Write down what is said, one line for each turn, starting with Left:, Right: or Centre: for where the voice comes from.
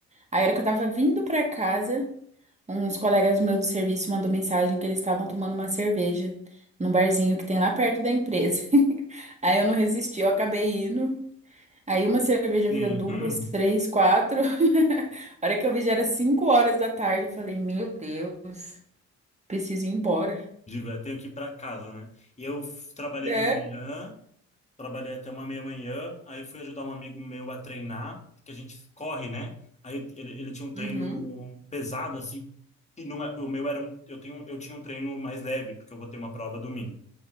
Right: Aí, a hora que eu tava vindo pra casa. Uns colegas meus do serviço mandou mensagem que eles estavam tomando uma cerveja num barzinho que tem lá perto da empresa. <laughs> Aí eu não resisti, eu acabei indo. Aí uma cerveja
Left: Sim.
Right: virou duas,
Left: <laughs>
Right: três, quatro. <laughs> A hora que eu vi já era cinco horas da tarde. Eu falei, meu Deus, preciso ir embora.
Left: Digo, eu tenho que ir para casa, né? E eu f- trabalhei
Right: É.
Left: de manhã, trabalhei até uma meia-manhã, aí fui ajudar um amigo meu a treinar, porque a gente corre, né? Aí ele, ele tinha um treino
Right: Uhum.
Left: pesado, assim, e não é, o meu era um, eu tenho, eu tinha um treino mais leve, porque eu vou ter uma prova domingo.